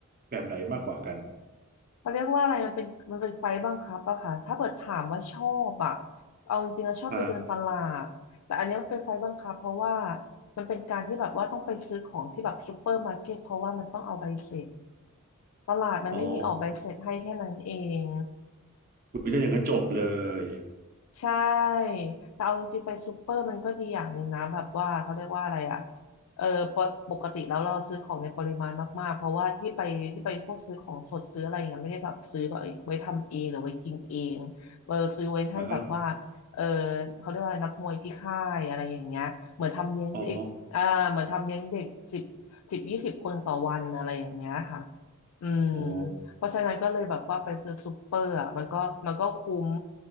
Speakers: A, on the right; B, on the left.
A: แบบไหนมากกว่ากัน
B: เขาเรียกว่าอะไรมันเป็นมันเป็นไฟบังคับอะค่ะถ้าเกิดถามว่าชอบอะเอาจริงๆแล้วชอบไปเดินตลาดแต่อันเนี้ยมันเป็นไฟบังคับเพราะว่า
A: อ่า
B: มันเป็นการที่แบบว่าต้องไปซื้อของที่แบบซูเปอร์มาร์เก็ตเพราะว่ามันต้องเอาใบเสร็จตลาดมันไม่มีออกใบเสร็จให้แค่นั้นเอง
A: อ๋อคุณอุ้ยถ้าอย่างนั้นจบเลย
B: ใช่ แต่เอาจริงๆไปซูเปอร์มันก็ดีอย่างหนึ่งนะแบบว่าเขาเรียกว่าอะไรอ่ะเออปกปกติแล้วเราซื้อของในปริมาณมากๆเพราะว่าที่ไปที่ไปพวกซื้อของสดซื้ออะไรอย่างเงี้ยไม่ได้แบบซื้อแบบเอ้ยไว้ทำเองหรือไว้กินเองเออซื้อไว้ให้แบบว่า
A: อ่าฮะ
B: เออเขาเรียกว่าอะไรนักมวยที่ค่ายอะไรอย่างเงี้ยเหมือนทำเลี้ยงเด็กอ่าเหมือนทำเลี้ยงเด็กสิบสิบยี่สิบคนต่อวันอะไรอย่างเงี้ยค่ะ
A: อ๋อ
B: อืม
A: โอ้
B: เพราะฉะนั้นก็เลยแบบว่าไปซื้อซูเปอร์อ่ะมันก็มันก็คุ้ม